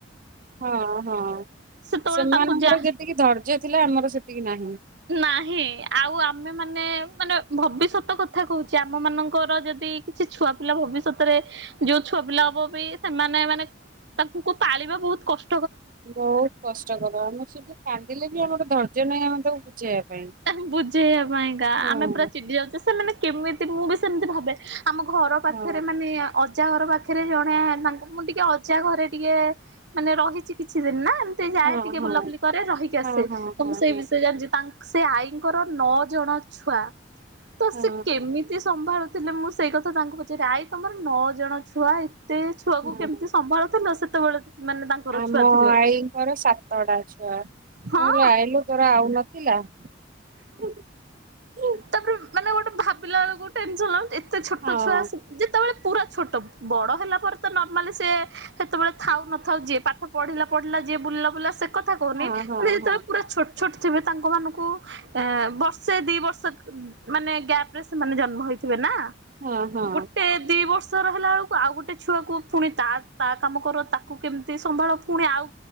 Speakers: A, on the right (about 50°); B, on the right (about 65°).
A: ହଁ ହଁ
B: ସେତେବେଳେ
A: ସେମାନଙ୍କର
B: ତାଙ୍କୁ ଯାହା
A: ଯେତିକି ଧୈର୍ଯ୍ୟ ଥିଲା ଆମର ସେତିକି ନାହିଁ।
B: ନାହିଁ ଆଉ ଆମେ ମାନେ ମାନେ ଭବିଷ୍ୟତ କଥା କହୁଚେ ଆମ ମାନଙ୍କର ଯଦି କିଛି ଛୁଆ ପିଲା ଭବିଷ୍ୟତରେ ଯୋଉ ଛୁଆ ପିଲା ହବ ବି ସେମାନେ ମାନେ ତାଙ୍କୁ ପାଳିବା ବହୁତ କଷ୍
A: ବହୁତ କଷ୍ଟକର ଆମେ ସେଠି କାନ୍ଦିଲେ ବି ଆମର ଧର ଯ ନାଇଁ ଆମେ ତାକୁ ବୁଝେଇବା ପାଇଁ।
B: ଏହ ବୁଝେଇବା ପାଇଁକା
A: ହଁ
B: ଆମେ ପୁରା ଚିଡ଼ି ଯାଉଛେ। ସେମାନେ କେମିତି ମୁଁ ବି ସେମିତି ଭାବେ ଆମ ଘର ପାଖରେ
A: ହଁ
B: ମାନେ ଅ ଅଜା ଘର ପାଖରେ ଜଣେ ତାଙ୍କୁ ମୁଁ ଟିକେ ଅଜା ଘରେ ଟିକେ ମାନେ ରହିଛି କି? ଛି ଦିନ ନା ଏମିତି ଯାଏ
A: ହଁ
B: ଟିକେ
A: ହଁ
B: ବୁଲାବୁଲି କରେ ରହିକି
A: ହଁ
B: ଆସେ
A: ହଁ
B: ତ
A: ହଁ
B: ମୁଁ ସେଇ
A: ହଁ
B: ବିଷୟରେ ଜାଣିଛି ତାଙ୍କ ସେ ଆଈଙ୍କର ନଅ ଜଣ ଛୁଆ ତ
A: ହଁ
B: ସେ କେମିତି ସମ୍ଭାଳୁ ଥିଲେ ମୁଁ ସେଇ କଥା ତାଙ୍କୁ ପଚାରେ ଆଈ ତମର ନଅ ଜଣ ଛୁଆ ହେ ଏତେ ଛୁଆକୁ
A: ହଁ।
B: କେମିତି ସମ୍ଭାଳୁଥିଲ ସେ ସେତେବେଳେ ମାନେ ତାଙ୍କର
A: ଆମ
B: ଛୁଆ ଥିଲେ
A: ଆଈଙ୍କର ସାତଟା ଛୁଆ ମୁଁ
B: ହଁ
A: କହିଲି ଆଈ ଲୋ ତୋର ଆଉନ ଥିଲା। ହୁଁ ହୁଁ।
B: ତାପରେ ମାନେ ଗୋଟେ ଭାବିଲା ବେଳକୁ ଟେନସନ ଲାଗୁଛି ଏ ତେ ଛୋଟ
A: ହଁ
B: ଛୁଆ ସେ ଯେତେବେଳେ ପୁରା ଛୋଟ ବଡ ହେଲା ପରେ ତ ନର୍ମାଲି ସିଏ ସେତେବେଳେ ଥାଉ ନଥାଉ ଯିଏ ପାଠ ପଢିଲା ପଢିଲା ଯିଏ ବୁଲିଲା ବୁଲିଲା ସେ କଥା କହୁନି
A: ହଁ ହଁ
B: ମାନେ ଯେତେବେଳେ
A: ହଁ
B: ପୁରା ଛୋ ଛୋଟ ଥିବେ ତାଙ୍କମାନଙ୍କୁ ଏଁ ବର୍ଷେ ଦି ବର୍ଷ ମାନେ ଗ୍ୟାପ ରେ ସେମାନେ ଜନ୍ମ ହୋଇଥିବେ ନା।
A: ହଁ ହଁ
B: ଗୋଟେ ଦି ବର୍ଷ ସେ ରହିଲା ବେଳକୁ ଆଉ ଗୋଟେ ଛୁଆକୁ ପୁଣି ତା ତା କାମ କର ତାକୁ କେମିତି ସମ୍ଭାଳ ପୁଣି ଆଉ